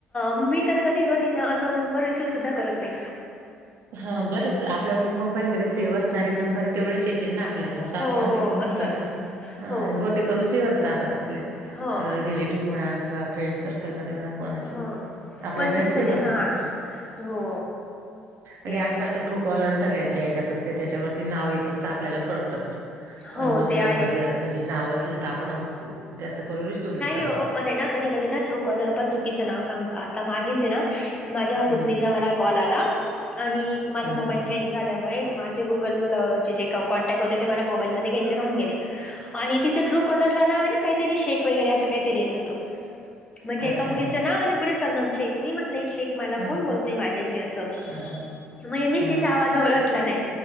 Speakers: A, on the left; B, on the right.
A: मी तर कधी कधी ना अननोन नंबर रिसीव्ह सुद्धा करत नाही.
B: हा बरंच आपल्या मोबाईलमध्ये सेव्ह असणारे नंबर तेवढेच येतील ना आपल्याला असं आपण
A: हो हो
B: हे म्हणतो
A: असं
B: ना
A: हो
B: बहुतेक करून सेवच राहतात आपले
A: हो
B: रिलेटिव्ह म्हणा किंवा फ्रेंड सर्कलमध्ये म्हणा, कोणाचे
A: हो
B: आपल्याकडे
A: पण जर
B: सेवच
A: कधी हा
B: असतात.
A: हो.
B: आणि
A: ते आहेच
B: आजकाल तर ट्रू कॉलर सगळ्यांच्या या्च्यात असते त्याच्यावरती नाव येतच तर आपल्याला कळतंच
A: हो
B: अननोन
A: ते आहे.
B: नंबर जर म्हणजे नाव असलं तर आपण जास्त करून रिसीव्ह नाही करत,
A: हो पण आहे ना कधी कधी ना ट्रू कॉलर पण चुकीचं नाव सांगत आता मागेच आहे ना, माझ्या
B: हम्म
A: पुतणीचा मला कॉल आला आणि माझ
B: हम्म
A: मोबाईल
B: हम्म
A: चेंज झाल्यामुळे माझे गुगल जे जे का कॉन्टॅक्ट होते ते मला मोबाईलमध्ये घ्यायचे राहून गेले, आणि तिचं ट्रू कॉलर ला नाव आहे ना काहीतरी शेख वगैरे अस काहीतरी येत होतं म्हणजे
B: अच्छा
A: एक एका मुलीचं नाव आणि पुढे सरनाम शेख मी म्हटलं शेख मला
B: हा
A: कोण बोलतय माझ्याशी असं.
B: ह
A: म्हणजे मीच
B: ह
A: तिचा आवाज ओळखला नाही.